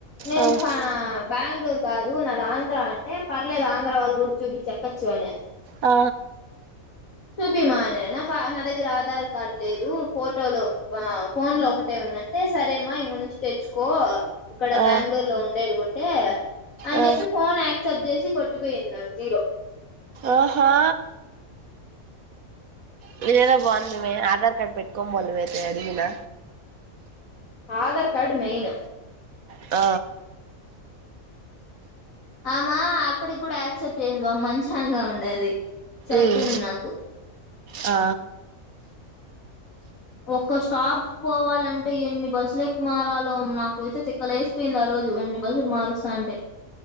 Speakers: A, on the left; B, on the right.
A: నేను
B: ఆ ఆ
A: కా బ్యాంగళూరు కాదు నాది ఆంధ్ర అంటే పర్లేదు ఆంధ్ర వాళ్ళు గుడి చూప్పిచ్చి ఎక్కచ్చు అనే
B: ఆ
A: చుపియమనె నాకు నా దగ్గర ఆధార్ కార్డ్ లేదు ఫోటోలు ఆ ఫోన్ లో ఒకటే ఉం ఆనంటే సరే మా ఇంగ నుంచి తెచ్చుకో ఇక్కడ
B: ఆ
A: బ్యాంగుళూర్ లో ఉండేడుగుం అంటే అని
B: ఆ
A: చెప్పి ఫోన్ ఆక్సిప్ట్ చేసి కొట్టిపోయింది నాకు జీరో
B: ఆహా మీదేదో బావుందిమే ఆధార్ కార్డ్ పెట్టుకోమోల్ నువ్ అయితే అడిగినా
A: ఆధార్ కార్డ మెయిన్
B: ఆ
A: అమా అప్పటికి కూడా యాక్సెప్ట్ చేసింది బాప్ మంచమాగా ఉండది చెప్పింద్
B: ఉమ్
A: నాకు
B: ఆ
A: ఒక్క స్టాప్ కు పోవాలంటే ఎన్ని బస్సులు ఎకమరలో నాకైతే తిక్కలేసపోయింద్ ఆ రోజు ఎన్ని బస్సులు మారుస్తా అంటే